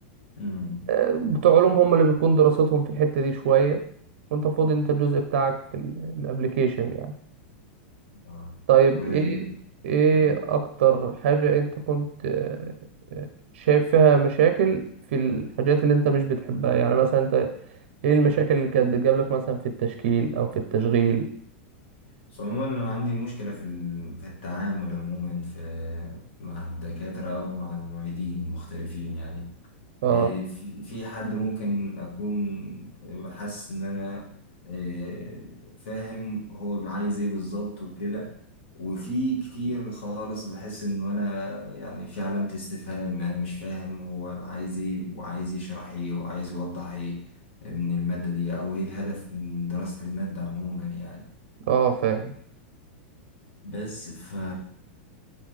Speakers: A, on the left; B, on the right.
A: مم.
B: آه، بتوع علوم هم اللي بتكون دراستهم في الحتة دي شوية وانت فاضي انت الجزء بتاعك في الابليكيشن يعني
A: آه.
B: طيب
A: وال-
B: ايه ايه
A: مم.
B: اكتر حاجة انت كنت آه، آه، شايف فيها مشاكل في الحاجات اللي انت مش بتحبها يعني مثلا انت ايه المشاكل
A: مم.
B: اللي كانت بتجاب لك مثلا في التشكيل او في التشغيل
A: بس عموما أنا عندي مشكلة في ال- في التعامل عموما في مع الدكاترة أو مع المعيدين المختلفين يعني
B: اه
A: إيه، في في حد ممكن أكون حاسس إن أنا إيه، فاهم هو عايز إيه بالظبط وكده وفي كتير خالص بحس إنه أنا يعني في علامة استفهام أنا مش فاهم هو عايز إيه وعايز يشرح إيه وعايز يوضح إيه من المادة دي أو إيه الهدف من دراسة المادة عموما يعني
B: اه فاهم
A: بس ف